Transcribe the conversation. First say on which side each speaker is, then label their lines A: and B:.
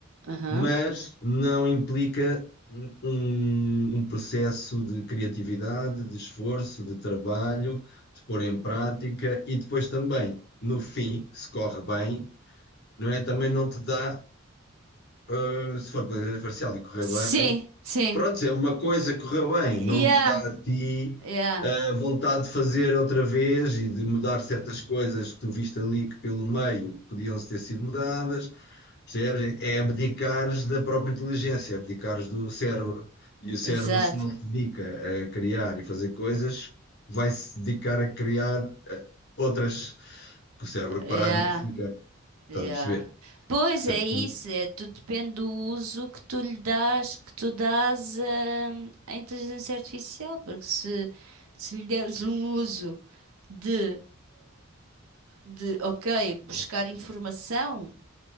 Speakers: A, on the right; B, on the left.
A: Aham.
B: mas não implica um, um um processo de criatividade, de esforço, de trabalho, de pôr em prática e depois também, no fim, se corre bem, não é? Também não te dá, eh, se for para fazer parcial e correr
A: Sim,
B: bem.
A: sim.
B: Pronto, é uma coisa que correu bem,
A: Yeah,
B: não te dá a ti
A: yeah,
B: a vontade de fazer outra vez e de mudar certas coisas que tu viste ali que pelo meio podiam ter sido mudadas, percebes? É abdicares da própria inteligência, é abdicares do cérebro. E o cérebro,
A: exato.
B: se não se dedica a criar e fazer coisas, vai-se dedicar a criar eh, outras que o cérebro parado
A: Yeah,
B: não fica, estás
A: yeah.
B: a perceber?
A: Pois
B: Portanto,
A: é isso, é, tudo depende do uso que tu lhe dás, que tu dás hum, à inteligência artificial, porque se, se lhe deres um uso de, de, ok, buscar informação